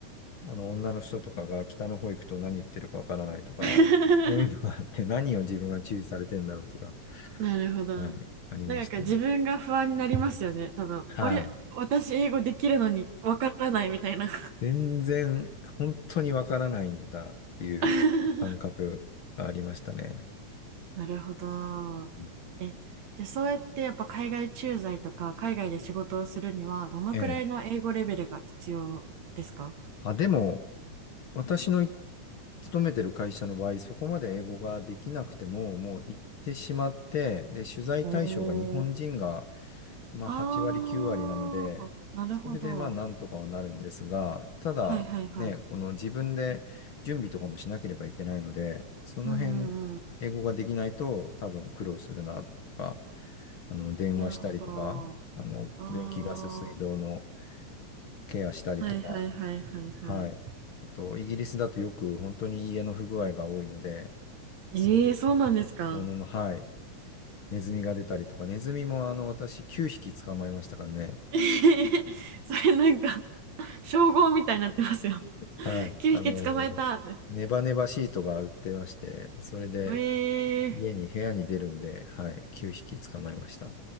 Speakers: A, on the left (about 50°); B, on the right (about 60°).
A: あの女の人とかが北の方行くと何言ってるかわからないとか、
B: <laughs>
A: そういうのがあって何を自分が注意されてんだろうとか、
B: なるほど。
A: はい、ありましたね。
B: なんか自分が不安になりますよね、多分。
A: はい。
B: あれ、私英語できるのにわからないみたいな。
A: 全然本当にわからないんだっていう感覚がありましたね。
B: <laughs> なるほど。
A: うん
B: え、で、そうやってやっぱ海外駐在とか海外で仕事をするにはどのくらいの英語レベルが必要ですか
A: ええ。あ、でも、私のい勤めてる会社の場合、そこまで英語ができなくても、もう行ってしまって、で、取材対象が日本人が、
B: おー
A: まあ、
B: ああ、
A: 8割、9割なので、
B: なるほど。
A: それでまあ、なんとかはなるんですが、ただ、
B: はいはいはい。
A: ね、この自分で準備とかもしなければいけないので、その辺、
B: うんうんうん。
A: 英語ができないと多分苦労するなとか、あの、電話したりとか、
B: なるほど。
A: あの、
B: あ
A: 電気、ガス、水道のケアしたりとか、
B: あ。はいはいはいはいはい。
A: はい。あと、イギリスだとよく本当に家の不具合が多いので、
B: ええそうなんですか。
A: そういうものの、はい。ネズミが出たりとか、ネズミもあの、私9匹捕まえましたからね。
B: <laughs> それなんか、称号みたいになってますよ。<laughs>
A: はい。
B: 9匹捕まえたって。
A: あの、ネバネバシートが売ってまして、それで
B: ええ
A: 家に、部屋に出るんで、はい。9匹捕まえました。